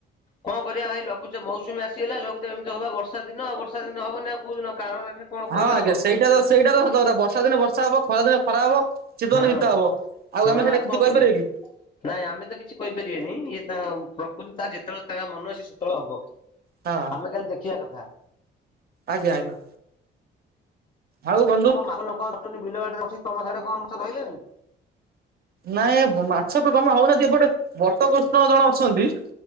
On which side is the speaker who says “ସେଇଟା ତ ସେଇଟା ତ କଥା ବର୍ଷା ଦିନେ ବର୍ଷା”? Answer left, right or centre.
Right